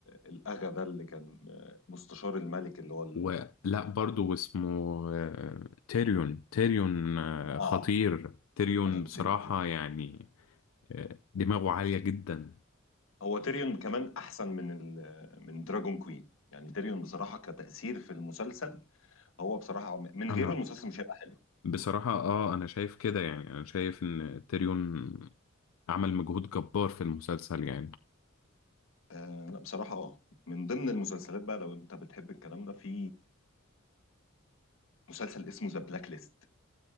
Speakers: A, on the left; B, on the left.
A: الأغا ده اللي كان آه، مستشار الملك اللي هو ال...
B: ولا برضو اسمه آه، تيريون تيريون آه،
A: آه
B: خطير تيريون
A: أنا نسيت
B: بصراحة
A: تيريون
B: يعني آه، دماغه عالية جدا
A: هو تيريون كمان أحسن من ال... من دراجون كوين يعني تيريون بصراحة كتأثير في المسلسل هو بصراحة من
B: أنا
A: غيره المسلسل مش هيبقى حلو
B: بصراحة اه أنا شايف كده يعني أنا شايف إن تيريون عمل مجهود جبار في المسلسل يعني
A: آه لا بصراحة اه من ضمن المسلسلات بقى لو أنت بتحب الكلام ده في مسلسل اسمه ذا بلاك ليست